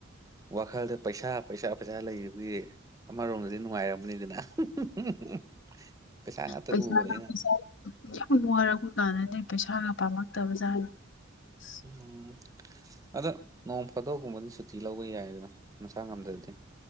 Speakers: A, on the right; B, on the left.
A: ꯋꯥꯈꯜꯗ ꯄꯩꯁꯥ ꯄꯩꯁꯥ ꯄꯩꯁꯥ ꯂꯩꯕꯒꯤ ꯑꯃꯔꯣꯝꯗꯗꯤ ꯅꯨꯡꯉꯥꯏꯔꯝꯒꯅꯤꯗꯅ <unintelligible> <unintelligible> ꯄꯩꯁꯥ ꯉꯥꯛꯇ
B: ꯄꯩꯁꯥꯒ
A: ꯎꯕꯅꯤꯅ
B: ꯄꯩꯁꯥ ꯌꯥꯝ ꯋꯥꯔꯛꯄ ꯀꯥꯟꯗꯗꯤ ꯄꯩꯁꯥꯒ ꯄꯥꯝꯃꯛꯇꯕ ꯖꯥꯠꯅꯦ ꯁꯤ
A: ꯎꯝ ꯑꯗꯣ ꯅꯣꯡ ꯐꯥꯗꫭꯛꯒꯨꯝꯕꯗꯤ ꯁꯨꯇꯤ ꯂꯧꯕ ꯌꯥꯏꯗꯅ ꯅꯁꯥ ꯉꯝꯗꯗꯤ